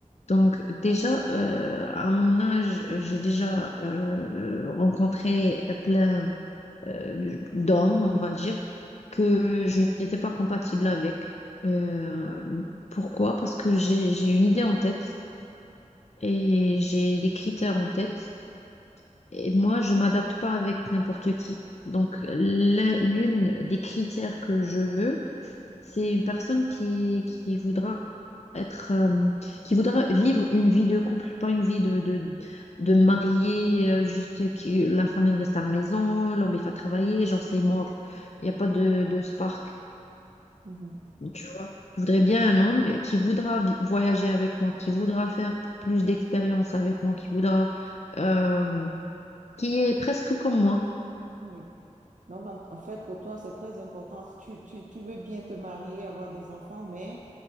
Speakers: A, on the left; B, on the right.
A: Donc déjà, euh, à mon âge, j'ai déjà euh, rencontré plein euh, d'homme, on va dire, que je n'étais pas compatible avec. Euh, pourquoi? Parce que j'ai, j'ai une idée en tête et j'ai des critères en tête. Et moi, je m'adapte pas avec n'importe qui. Donc, l'un- l'une des critères que je veux, c'est une personne qui, qui voudra être euh, qui voudrait vivre une vie de couple, pas une vie de de, de marié, euh, juste que la femme elle reste à la maison, l'homme il va travailler, genre c'est mort. Il n'y a pas de, de spark,
B: Mhm.
A: tu vois. Je voudrais bien un homme qui voudra vi- voyager avec moi, qui voudra faire plus d'expériences avec moi, qui voudra euh, qui est presque comme moi.
B: Oui. Donc, en, en fait, pour toi, c'est très important. Tu, tu, tu veux bien te marier, avoir des enfants, mais